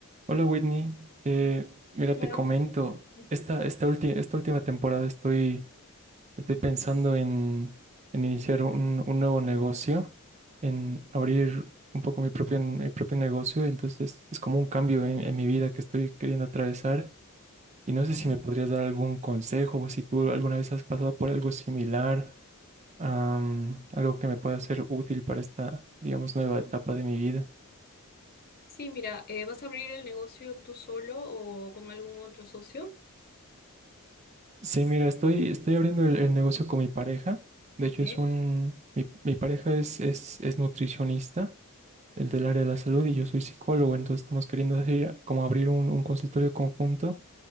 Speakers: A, on the right; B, on the left.
A: Hola Whitney, Eh, mira,
B: Hola.
A: te comento,
B: Ujú.
A: esta, esta, ulti- esta última temporada estoy, estoy pensando en, en iniciar un, un nuevo negocio, en abrir un poco mi propio, mi propio negocio, entonces es como un cambio en, en mi vida que estoy queriendo atravesar y no
B: Ok.
A: sé si me podrías dar algún consejo o si tú alguna vez has pasado por algo similar, am, algo que me pueda ser útil para esta, digamos, nueva etapa de mi vida.
B: Sí, mira, eh, ¿vas a abrir el negocio tú solo o con algún otro socio?
A: Sí, mira, estoy, estoy abriendo el, el negocio con mi pareja. De
B: Ok,
A: hecho, es un, mi, mi pareja es, es, es nutricionista, el del área de la salud, y yo soy psicólogo, entonces estamos queriendo hacer como abrir un, un consultorio conjunto